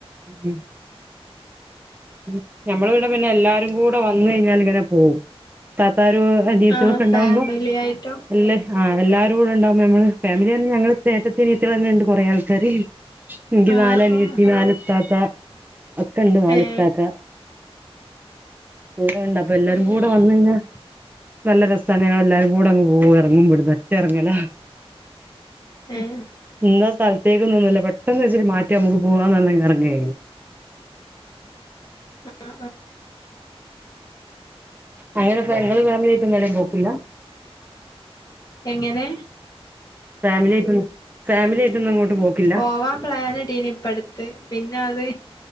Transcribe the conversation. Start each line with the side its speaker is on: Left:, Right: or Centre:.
Right: ഹ്മ് <unintelligible> ഹ് ഞമ്മൾവടെ പിന്നെ എല്ലാരും കൂടെ വന്ന് കഴിഞ്ഞാൽ ഇങ്ങനെ പോകും താരും അജീ <unintelligible> വ്
Left: ആഹ്
Right: ച്ചനൊക്കെ ണ്ടാവുമ്പോ
Left: ഫാമിലി ആയിട്ടും
Right: എല്ലാരും ആഎല്ലാരൂടെ ഉണ്ടാവ്ബ നമ്മള് ഫാമിലി തന്നെ ഞങ്ങള്ചേട്ടത്തി അനിയത്തി അങ്ങനെ ഉണ്ട് കുറെ ആൾക്കാര് ഇൻക്ക്
Left: ആഹ്
Right: നാലഅനിയത്തിമാര്
Left: ആഹ്
Right: ത്താത്ത ഒക്കണ്ട് നാലും
Left: ഏഹ്
Right: കാക്ക ഇവിടെണ്ട് അപ്പം എല്ലാരുംങ്കൂടെ
Left: അങ്ങനെ
Right: വന്ന് കയ്ഞ്ഞാ നല്ല രസാണ് ഞങ്ങളെല്ലാരും കൂടെ അങ്ങ് പോകും എറങ്ങുംവ്ടെന്ന് ഒറ്റെറ്ങ്ങലാ ഹ്
Left: ഏഹ്
Right: <unintelligible> <unintelligible> പെട്ടെന്ന് വിൾചിട്ട് മാറ്റാ ഞമ്മക് പോവാന്ന് പർഞി എറങ്ങേ
Left: ആ
Right: അങ്ങനെ പെങ്ങള് ഫാമിലിയ്ട്ട് <unintelligible> ഇല്ല
Left: എങ്ങനെ
Right: ഫാമിലി ആയിട്ടൊന്നും ഫാമിലി ആയിട്ടൊന്നും അങ്ങോട്ട് പോക്കില്ല
Left: പോവാൻ പ്ളാനിടിനിപ്പട്ത് പിന്നെ അത്